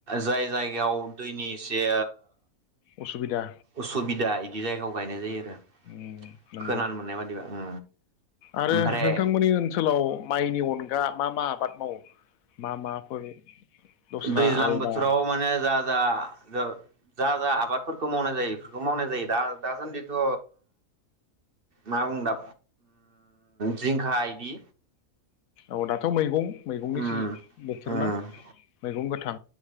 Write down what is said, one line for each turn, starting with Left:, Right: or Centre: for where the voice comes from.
Right: जाय जायगायाव दैनि एसे
Left: असुबिदा
Right: उसुबिदा बिदि जायगायाव गायनाय जायो आरो
Left: उम नंगौ
Right: खोनानो मोननाय बादिबा ओ
Left: आरो
Right: ओमफ्राय
Left: नोंथांमोननि ओनसोलाव माइनि अनगा मा मा आबाद मावो मा माफोर दस्रा
Right: दैज्लां
Left: आलदा
Right: बोथोराव माने जा जा जा जा आबादफोरखौ मावनाय जायो बेफोरखौ मावनाय जायो दा दासान्दिथ' मा बुंदा जिंखा बिदि
Left: औ दाथ' मैगं मैगंनि
Right: उम
Left: बोथोरना
Right: उम
Left: मैगं गोथां